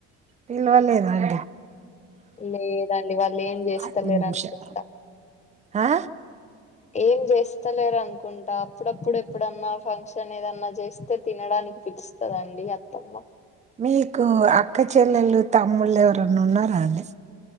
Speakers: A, on the right; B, on the left.
A: పిలవలేదా అండి
B: లేదండి వాళ్ళు ఏం చేస్తలేరు
A: ఐదు నిమిషాలు
B: అనుకుంటా
A: ఆ
B: ఏం చేస్తలేరు అనుకుంటా అప్పుడప్పుడు ఎప్పుడన్నా ఫంక్షన్ ఏదన్నా చేస్తే తినడానికి పిలుస్తదండి అత్తమ్మ
A: మీకు అక్క చెల్లెళలు తమ్ముళ్ళ ఎవరన్నా ఉన్నారా అండి